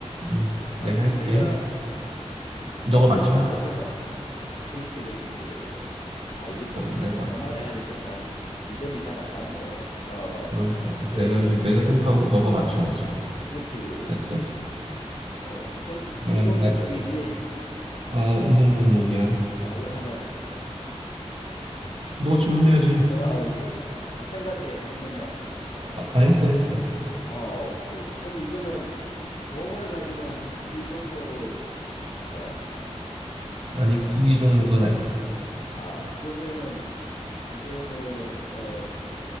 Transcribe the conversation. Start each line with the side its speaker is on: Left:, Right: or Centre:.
Right: 음,
Left: 어, 아니,
Right: 내가
Left: 이제
Right: 할게
Left: 내가,
Right: 너가
Left: 어, 내가
Right: 맞춰
Left: 하나 생각, 어, 그렇지, 그렇지, 그래, 그래. 아, 이것도
Right: 어, 내가
Left: 오래간만에
Right: 맞,
Left: 하니까 잘, 리듬이 잘 안 맞네. 어,
Right: 그럼
Left: 오케이.
Right: 어, 내가 이제 내가 생각하고 너가 맞춰야지.
Left: 그렇지, 그래.
Right: 알았지?
Left: 어, 종,
Right: 그러면
Left: 운동 종목이지.
Right: 나, 아, 운동 종목이야.
Left: 어, 그래, 하나 해봐.
Right: 너 질문해야지.
Left: 내가, 어, 그래, 그래. 아, 생각 했느냐고, 내 말은.
Right: 아, 아, 했어, 했어, 했어.
Left: 어, 오케이. 그럼 이거는 공을 가지고 하는 구기 종목인가?
Right: 아니, 구기 종목은 아니야.
Left: 아, 그러면은, 이거는, 어,